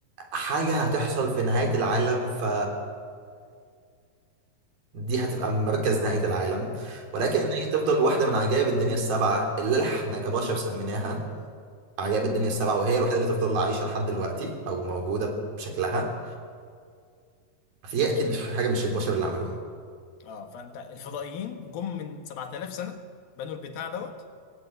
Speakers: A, on the right (about 80°); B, on the left (about 75°).
A: حاجة هتحصل في نهاية العالم ف دي هتبقى مركز نهاية العالم ولكن
B: مم.
A: إن هي تفضل واحدة من عجائب الدنيا السبعة اللي احنا كبشر سميناها عجائب الدنيا السبعة وهي الوحيدة اللي تفضل عايشة لحد دلوقتي أو موجودة بشكلها فهي أكيد مش حاجة مش البشر اللي عملوها
B: اه فانت الفضائيين جم من 7000 سنه بنوا البتاع دوت